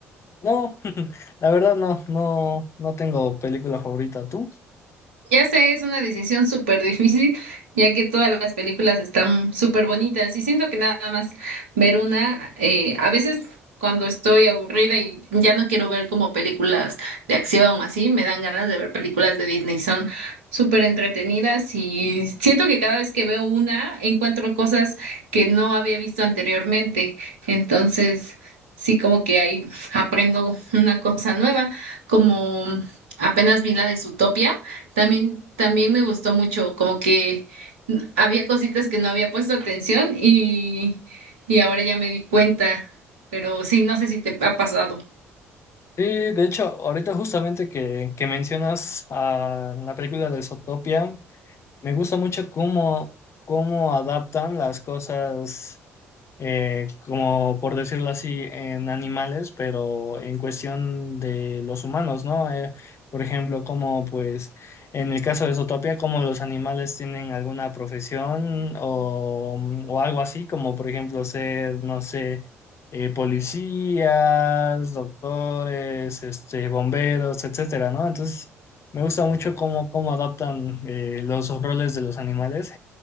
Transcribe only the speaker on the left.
no, <laughs> la verdad no, no, no tengo película favorita. ¿Tú?
Sí, de hecho, ahorita justamente que, que mencionas a la película de Zootopia, me gusta mucho cómo, cómo adaptan las cosas eh, como por decirlo así, en animales, pero en cuestión de los humanos, ¿no? Eh, por ejemplo, como pues en el caso de Zootopia, como los animales tienen alguna profesión o, mm, o algo así, como por ejemplo ser, no sé, eh, policías, doctores, este, bomberos, etcétera, ¿no? Entonces, me gusta mucho cómo, cómo adaptan eh, los roles de los animales